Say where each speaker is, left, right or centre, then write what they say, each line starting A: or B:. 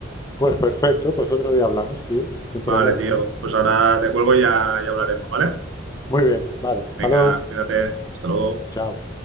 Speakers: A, on the left (about 20°); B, on the right (about 85°).
A: Pues perfecto, pues otro día hablamos, tío, sin problema.
B: Vale, tío, pues ahora te cuelgo y ya, ya hablaremos, ¿vale?
A: Muy bien, vale. Hasta
B: Venga,
A: luego.
B: cuídate, hasta luego.
A: Chao.